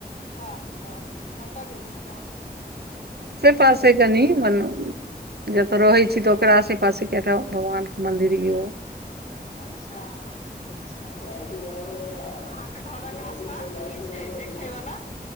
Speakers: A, on the left; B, on the right.
A: वाह वाह कतय गेल छलहुँ
B: पास है कनी मन जतऽ रहै छी तऽ ओकरा पासे एकटााम भगवानके मन्दिर यौ
A: अच्छा अच्छा अहाँके घरक आसपास की छै देखैवला